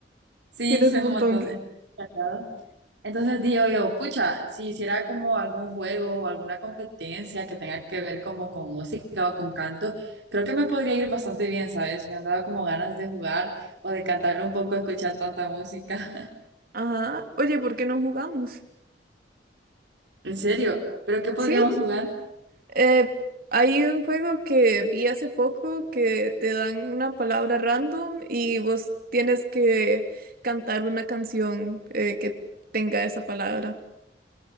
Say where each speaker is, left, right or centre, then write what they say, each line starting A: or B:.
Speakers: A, on the right (about 80°); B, on the right (about 55°).
A: Sí,
B: tienes
A: son
B: un montón.
A: un montón de... Sagrado. Entonces digo yo, pucha, si hiciera como algún juego o alguna competencia que tenga que ver como con música o con canto, creo que me podría ir bastante bien, ¿sabes? Me han dado como ganas de jugar o de cantar un poco, escuchar tanta música. <laughs>
B: Ajá. Oye, ¿por qué no jugamos?
A: En serio, ¿pero qué podríamos
B: Sí,
A: jugar?
B: eh, hay un juego que vi hace poco que te dan una palabra random y vos tienes que cantar una canción eh, que tenga esa palabra.